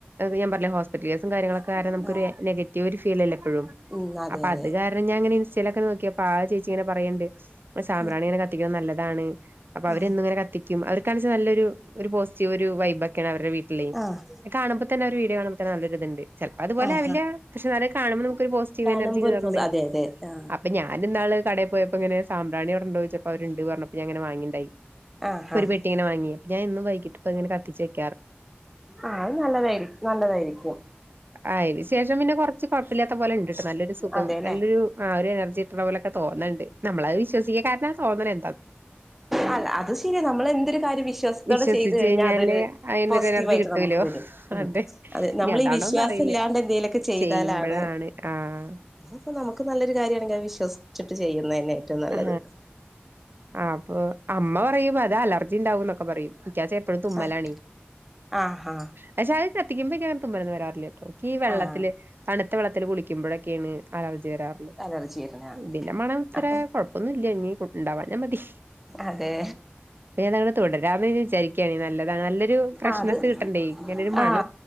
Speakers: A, on the right; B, in the centre.
A: ഞാൻ പറഞ്ഞില്ലേ ഹോസ്പിറ്റൽ കേസും കാര്യങ്ങളൊക്കെ കാരണം നമു
B: ആഹ്
A: നെഗറ്റീവ് ഒരു ഫീലല്ല എപ്പോഴും
B: ഉം അതെ
A: അപ്പൊ
B: അതെ
A: അത് കാരണം ഞാൻ ഇങ്ങനെ ഇൻസ്റ്റലൊക്കെ നോക്കിയപ്പൊ ആഹ് ചേച്ചി ഇങ്ങന പറയിണ്ട് സാമ്പ്രാണിങ്ങനെ
B: ആഹ്
A: കത്തിക്കുന്നത് നല്ലതാണ് അപ്പൊ അവരെന്നും
B: ആഹ്
A: ഇങ്ങനെ കത്തി അവരെ കാണിച്ചാൽ നല്ലൊരു പോസിറ്റീവ് ഒരു വൈബക്കെയാണ് ർട വീട്ടിലേ
B: ആഹ്
A: കാണുമ്പോ തന്ന ഒരു വീഡിയോ കാണ്പോ തന്ന നല്ലൊരു ഇതുണ്ട് ചെലപ്പോ അതുപേലെ
B: ആഹ്
A: ആവില്ല
B: ആഹ്
A: പക്ഷേ കാണുമ്പോ പോസ്റ്റീവ്
B: കാണുമ്പോ
A: എനർജി കേറ്ണ്ട്.
B: ഒരു പൊ അതെ അതെ ആഹ്
A: അപ്പ ഞാ ഇന്നാള് കടേ പോയപ്പോ ഇങ്ങനെ സാംബ്രാണി അവ്ടെ ഉണ്ടോയ്ച്ചപ്പം അവര്ണ്ട് പർഞ്ഞപ്പോ ഞാ ഇങ്ങനെ വങ്ങിണ്ടായി.
B: ആഹ്
A: ഒരു
B: ആഹ്
A: പെട്ടിങ്ങനെ വാങ്യോ. ഞാൻ എന്നും വൈകിട്ട് പ്പ ഇങ്ങന കത്തിച്ച് വെക്
B: ആഹ് അയ് നല്ലതായി നല്ലതായിരിക്കും.
A: ആഹ് അയ്ന് ശേഷം പിന്നെ കൊർച്ച് കൊഴപ്പില്ലാത്ത പോലെണ്ട്ട്ടോ നല്ലൊരു സുഖം
B: അതെല്ലേ
A: നല്ലൊരു ആ ഒരു എനർജി ഇട്ടണ പോലെക്കെ തോന്ന്ണ്ട്. നമ്മളത് വിശ്വസിക്ക കാര്ണെ തോന്നണേ
B: അ അത് ശരിയാ നമ്മൾ എന്തൊരു കാര്യം വിശ്വാസത്തോടെ
A: വിശ്വസിച്ച്
B: ചെയ്തു കഴിഞ്ഞാൽ
A: കഴിഞ്ഞാല്
B: അതൊരു
A: അയിനൊരു
B: പോസിറ്റീവ്
A: എനർജി
B: ആയിട്ട്
A: കിട്ടൂലോ
B: നമുക്ക് വരും ഉം
A: അതെ
B: അത
A: ഇനി
B: നമ്മൾ
A: അതാണോന്ന്
B: ഈ വിശ്വാസം
A: അറിയില്ല
B: ഇല്ലാണ്ട് എന്തെങ്കലുമൊക്കെ ചെയ്താലാണ്
A: ചെയ്യുമ്പഴാണ് ആഹ്
B: അപ്പൊ നമുക്ക് നല്ലരു കാര്യണെങ്കിൽത് വിശ്വിച്ചിട്ട് ചെയ്യുന്ന തന്നെ ഏറ്റവും നല്ലത്
A: ആ അപ്പൊ അമ്മ പറയുമ്പോ അത് അലർജി ഉണ്ടാവും എന്നൊക്കെ പറയും എിക്കച്ച എപ്പഴും തുമ്മലാണ്
B: ആഹ് ആഹ് ആഹ്
A: പക്ഷെ അത് കത്തിക്കുമ്പക്കഞൻ തുമ്മലന്നും വരാറില്ല എനിക്ക് ഈ വെള്ളത്തില്
B: ആഹ്
A: തണുത്ത വെള്ളത്തില് കുളിക്കുമ്പോഴൊക്കെയാണ് ആല രാറോ
B: അലർജി വരുന്ന
A: ഇതിന്ന മണം ഇത്ര
B: അപ്പൊ
A: ഒന്ന ഇനി ഉണ്ടാവാ ഞ മതി
B: അതെ
A: അ ഞാൻ തുടരാന്ന് വിചാരിക്കണ നല്ലത നല്ലൊരു ഫ്രഷ്നെസ്
B: ആ അത്
A: കിട്ടണ്ട ഇങ്ങനെ ഒരു
B: ആ
A: മണ